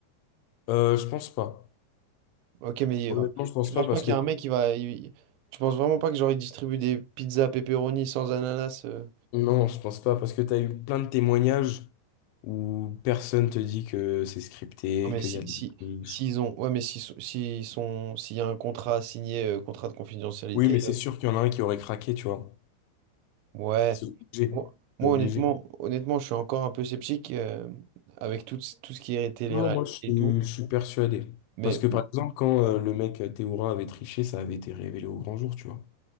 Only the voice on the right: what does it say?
Ok, mais
euh,
tu penses
pas qu'il
y a un mec qui va... il- Tu penses vraiment pas que genre, il distribue des pizzas pepperoni sans ananas? euh
Non, mais
si,
si,
s'ils ont... Ouais, mais si, si- s'ils sont... S'il y a un contrat signé, euh, contrat de confidentialité...
Ouais.
Moi, moi,
honnêtement, honnêtement, je suis encore un peu sceptique euh, avec tout, ce- tout ce qui est télé-réalité
et tout.
Mais